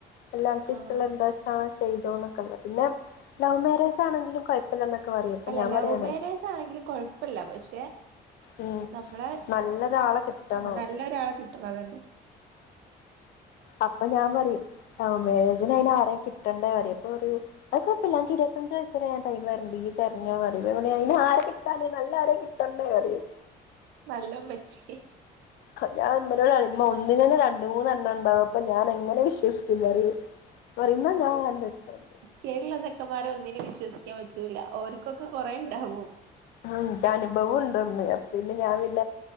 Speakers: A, on the left; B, on the right.
A: എല്ലാംർക്കും
B: ആഹ്
A: ഇഷ്ടുള്ള എന്താച്ചാ ചെയ്തോന്നൊക്കത് പിന്നെ ലവ് മാരേജ് ആണെങ്കിലും കൊഴ്- പല്ലന്നൊക്കെ പറയും അപ്പൊ
B: അല്ല
A: ഞാൻ
B: ലൗ
A: പറയാണ്
B: മേരേജാണെങ്കിലും കുഴപ്പില്ല പക്ഷെ
A: ഉം
B: നമ്മളെ
A: നല്ലൊരാളെ കിട്ടണം
B: ആ നല്ലൊരാളെ കിട്ടണം അതന്നെ
A: അപ്പൊ ഞാൻ പറയൂ ലൗ മേരേജിനയ് നാരെ കിട്ടണ്ടേ അപ്പ പറയു അത് കൊയ്പ്പില്ല അൻക് ഇരുപത്തഞ്ച് വയസ്സരെ ടൈമരണ്ട് ഇജ്ജ് തെർഞ്ഞോ പ്പഞാ പർഞ്ഞ് അയ്നാരെ കിട്ട താനെ നല്ലാരെ കിട്ടണ്ടേ ന്നറിം
B: നല്ലമ്മച്ചി
A: ഞാൻ ഉമ്മനോടറിം മ്മ ഒന്നിനന്നെ രണ്ട് മൂന്നെണ്ണണ്ടാവും അപ്പൊ ഞാനെങ്ങനെ വിശ്വസി ന്നറിം പ്പറിം ന്നാ ഞാൻ കണ്ടുട്ച്ചെരാ
B: ചേലുള്ള ചെക്കന്മാരെ ഒന്നിനും വിശ്വസിക്കാൻ പറ്റൂല്ല ഓർക്കൊക്കെ കുറെണ്ടാവൂ
A: ന്റെ അനുഭവം ഉണ്ടോന്ന് അപ്പിന്ന ഞാനൊന്ന്